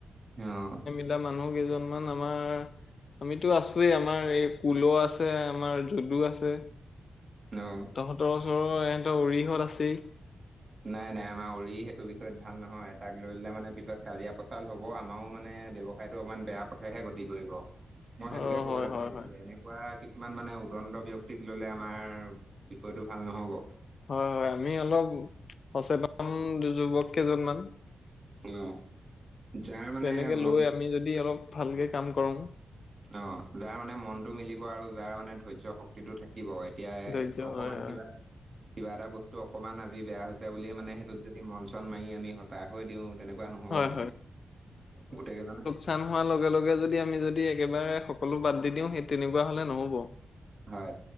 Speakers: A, on the right; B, on the left.
A: অ',
B: <unintelligible> মানুহ কেইজনমান আমাৰ আমিতো আছোযৱে আমাৰ এই কুল আছে, আমাৰ যদু আছে।
A: অ',
B: তহঁতৰ ওচৰৰ এহঁতৰ উৰিহত আছেই।
A: নাই নাই আমাৰ উৰি সেইটো বিষয়ত ভাল নহয় তাক লৈ ললে মানে পিছত কাজিয়া পচাল হ'ব আমাৰো মানে ব্যৱ সাইটো অকনমান বেয়া পথেহে গতি কৰিব, মই সেইটোকে
B: অ
A: কবলৈ
B: হয় হয়
A: বিচাৰিছো।
B: হয়
A: এনেকুৱা কিছুমান মানে উদণ্ড ব্যক্তিক ললে আমাৰ বিষয়টো ভাল নহব।
B: হয় - হয়, আমি অলপ সচেতন যুৱক কেইজনমান
A: অ'। যাৰ মানে
B: তেনেকে
A: মন
B: লৈ আমি যদি অলপ ভালকে কাম কৰো।
A: অ', যাৰ মানে মনতটো মিলিব আৰু যাৰ মানে ধৈৰ্য শক্তি শক্তিটো থাকিব, এতিয়া
B: ধৈৰ্য্য
A: অকমান
B: হয় হয়
A: কিবা, কিবা এটা বস্তু অকণমান আজি বেয়া হৈছে বুলিয়ে মানে সেইটোত যদি মন চন মাৰি আমি হতাশ হৈ দিওঁ তেনেকুৱা নহ'ব
B: হয়
A: মানে গোটেই কেইজনে
B: কাম হোৱা লগে লগে যদি আমি যদি একেবাৰে সকলো বাদ দি দিওঁ সেই তেনেকুৱা হলে নহব।
A: হয়